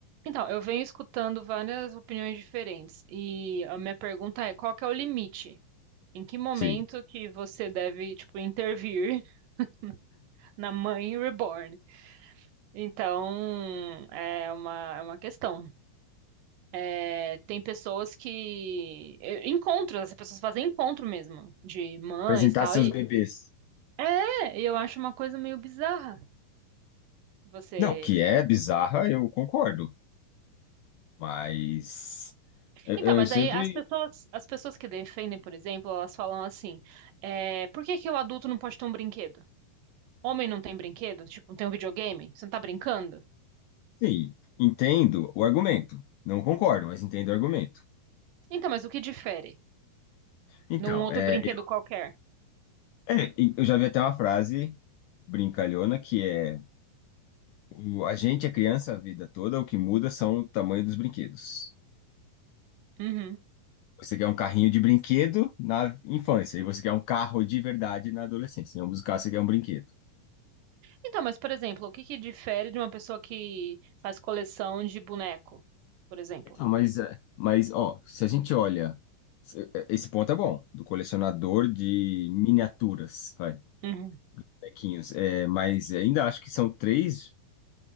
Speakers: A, on the right (about 75°); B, on the left (about 85°).
A: Então, eu venho escutando várias opiniões diferentes. E a minha pergunta é: qual que é o limite? Em que momento
B: Sim.
A: que você deve, tipo, intervir <laughs> na mãe reborn? Então, é uma, é uma questão. É, tem pessoas que. eu- Encontros, as pessoas fazem encontro mesmo, de mães
B: Apresentar
A: e tal.
B: seus
A: E
B: bebês.
A: é, eu acho uma coisa meio bizarra. Você.
B: Não, que é bizarra, eu concordo. Mas eu,
A: Então, mas
B: eu sempre,
A: aí as pessoas, as pessoas que defendem, por exemplo, elas falam assim: é, por que que o adulto não pode ter um brinquedo? Homem não tem brinquedo? Tipo, não tem um videogame? Você não tá brincando?
B: sim, entendo o argumento. Não concordo, mas entendo o argumento.
A: Então, mas o que difere
B: Então,
A: num outro
B: é,
A: brinquedo
B: eu,
A: qualquer?
B: é, e eu já vi até uma frase brincalhona que é: o- a gente é criança a vida toda, o que muda são o tamanho dos brinquedos.
A: Uhum.
B: Você quer um carrinho de brinquedo na infância, e você quer um carro de verdade na adolescência. Em ambos os casos, você quer um brinquedo.
A: Então, mas, por exemplo, o que que difere de uma pessoa que faz coleção de boneco, por exemplo?
B: Então, mas, é, mas, ó, se a gente olha, se- é, esse ponto é bom, do colecionador de miniaturas, vai,
A: Uhum.
B: bonequinhos, é, mas ainda acho que são três